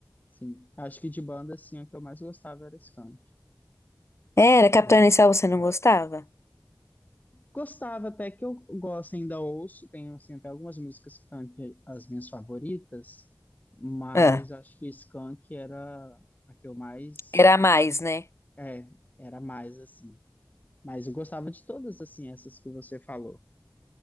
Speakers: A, on the left; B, on the left.
A: Sim, acho que de banda, assim, a que eu mais gostava era Skank.
B: Era, Capital
A: né?
B: Inicial você não gostava?
A: Gostava até que eu gosto, ainda ouço, tenho, assim, até algumas músicas que estão entre as minhas favoritas, mas
B: Ah,
A: acho que Skank era a que eu mais,
B: era a mais, né?
A: é, era mais, assim, Mas eu gostava de todas, assim, essas que você falou.